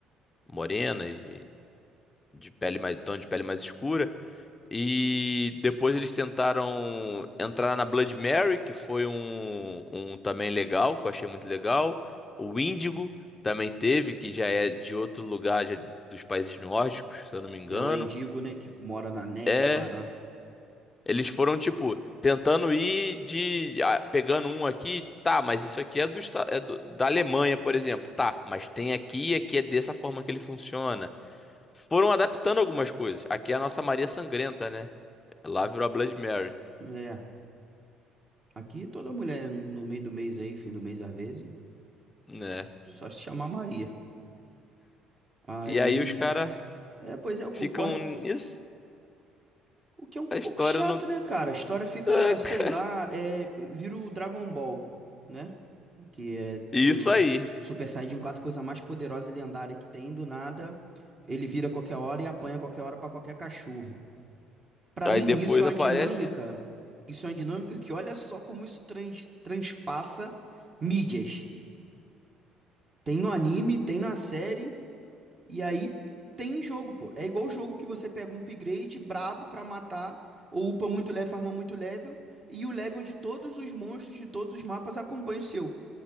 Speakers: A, on the left; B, on the right.
A: morenas e de pele mais, tom de pele mais escura. E depois eles tentaram entrar na Blood Mary, que foi um, um também legal, que eu achei muito legal. O Índigo também teve, que já é de outro lugar já dos países nórdicos, se eu não me engano.
B: é o Endigo, né, que mora na neve
A: É,
B: lá, né?
A: eles foram, tipo, tentando ir de. ah, pegando um aqui, tá, mas isso aqui é, do, esta- é do- da Alemanha, por exemplo. Tá, mas tem aqui e aqui é dessa forma que ele funciona. Foram adaptando algumas coisas. Aqui é a nossa Maria Sangrenta, né? Lá virou a Blood Mary.
B: É. Aqui toda mulher né, no no meio do mês aí, fim do mês às vezes,
A: né?
B: só se chamar Maria. Aí,
A: E aí os caras
B: é, pois é, eu
A: ficam
B: concordo
A: nisso.
B: O que é um pouco
A: A história
B: chato,
A: não.
B: né, cara? A história fica,
A: <laughs>
B: sei lá, é, vira o Dragon Ball, né? Que é
A: Isso
B: do
A: aí.
B: Super Saiyajin quatro coisa mais poderosa e lendária que tem, do nada, ele vira a qualquer hora e apanha a qualquer hora pra qualquer cachorro. Pra
A: Aí
B: mim,
A: depois
B: isso é uma
A: aparece
B: dinâmica, isso é uma dinâmica que olha só como isso trans- transpassa mídias. Tem no anime, tem na série, e aí tem jogo, pô. É igual o jogo que você pega um upgrade brabo pra matar, ou upa muito level, farma muito level, e o level de todos os monstros de todos os mapas acompanha o seu.